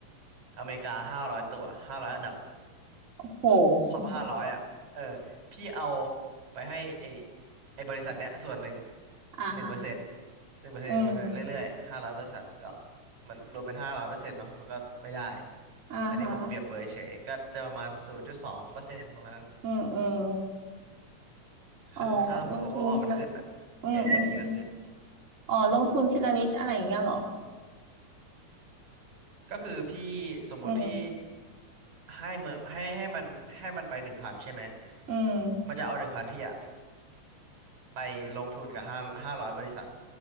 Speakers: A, on the right; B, on the right.
A: อเมริกา500ตัว500อยอันดับ
B: โห
A: ท็อปห้าร้อยอ่ะเออพี่เอาไปให้ไอไอบริษัทเนี้ยส่วนหนึ่ง
B: อ่าฮะ
A: หนึ่งเปอร์เซ็นต์หนึ่งเปอร์เซ็นต์หนึ่งเปอร์เซ็นต์เรื่อยๆห้าร้อยบริษัทก็
B: อืม
A: มันรวมเป็นห้าร้อยเปอร์เซ็นต์เนาะมันก็ไม่ได้
B: อ่าฮะ
A: อันนี้ผมเปรียบเปรยเฉยก็จะประมาณศูนย์จุดสองเปอร์เซ็นต์ประมาณนั้น
B: อืมอืมอ๋อลงทุนทีละ
A: คือถ้าสมมติโอเวอร์ออมันขึ้นอ่ะ
B: อืมอืมอม
A: AAP ก็ขึ้น
B: อ๋อลงทุนทีละนิดอะไรอย่างเงี้ยเหรอ
A: ก็คือพี่สมมุติพี่
B: อืม
A: ให้เมือให้ให้มันให้มันไปหนึ่งพันใช่ไหม
B: อืม
A: มันจะเอาหนึ่งพันพี่อะไปลงทุนกับห้าห้าร้อยบริษัท